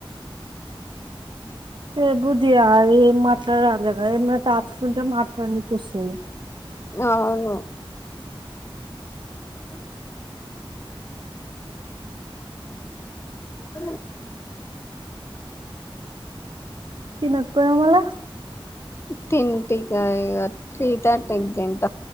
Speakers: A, on the right; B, on the left.
A: స బుధియా ఏం మాట్లాడాలిక ఏమ ట ఆపుకుంటే మాట్లాడ నకు వసంది
B: అవును ఓకే ఒ అ
A: తినకపోయినావ్ మళ
B: తిన్ టిగా ఇగా త్రీ థర్ట్ కి తింట